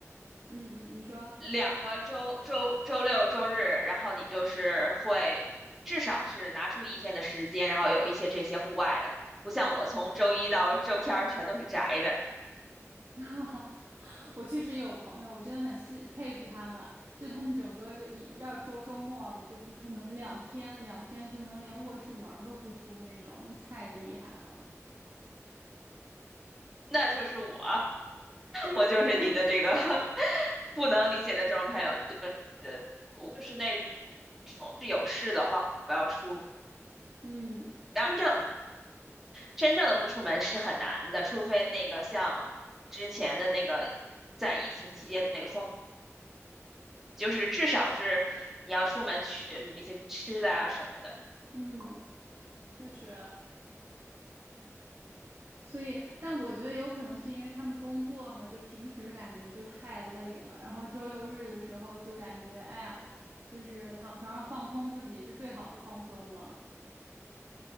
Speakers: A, on the right (about 60°); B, in the centre.
A: 嗯嗯，你说。
B: 两个周周周六周日，然后你就是会。至少是拿出一天的时间，然后有一些这些户外的，不像我从周一到周天儿全都是宅的，
A: <laughs> 我确实也有朋友，我真的很欣佩服他们，就他们整个就一要说周末吧，就不出门两天，两天就能连卧室门儿都不出那种，太厉害了。
B: 那就是我。
A: 真的吗？
B: 我就是你的这个 <laughs> 不能理解的这种朋友。对对，我就是那种是有事的话不要出，
A: 嗯
B: 真正真正的不出门是很难的，除非那个像之前的那个在疫情期间的那个风，就是至少是你要出门去买一些吃的啊什么的。
A: 嗯，确实，所以，但我觉得有可能是因为他们工作嘛，就平时感觉就太累了，然后周六日的时候就感觉，哎呀，就是躺床上放空自己是最好的放松了。